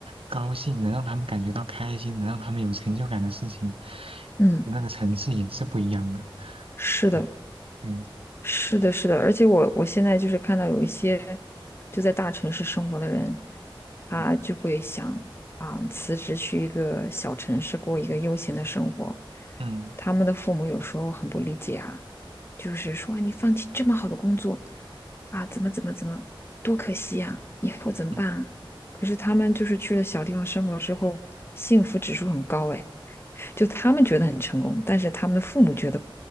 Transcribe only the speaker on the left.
嗯，
是的，
是的，是的，而且我我现在就是看到有一些就在大城市生活的人，他就会想啊，
辞职去一个小城市过一个悠闲的生活。
他们的父母有时候很不理解啊，就是说你放弃这么好的工作啊，怎么怎么怎么，多可惜呀、以后怎么办啊可是他们就是去了小地方生活之后，
幸福指数很高哎，就他们觉得很成功，但是他们的父母觉得